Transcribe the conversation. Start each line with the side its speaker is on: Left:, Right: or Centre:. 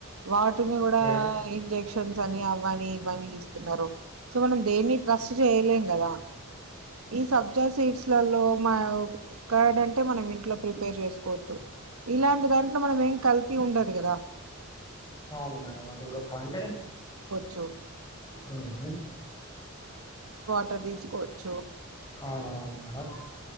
Right: వాటిని కూడా
Left: ఓకే
Right: ఇం చె చెంచ్ నీ ఆవ అనీ తే మనీ స్తున్నారు సో మనం దేన్ని ట్రస్ట్ చేయలేం కదా ఈ సబ్జా సీడ్స్లలో మా కర్డ్ అంటే మనం ఇంట్లో ప్రిపేర్ చేసుకోవచ్చు ఇలాంటి దాంట్లో మనం ఏం కల్తీ ఉండదు కదా
Left: అవును మేడం అది గూడ పాయింట్ ఏ
Right: చో
Left: నాగా
Right: చట్ట తీసుకోవచ్చు
Left: అవును అవును మేడం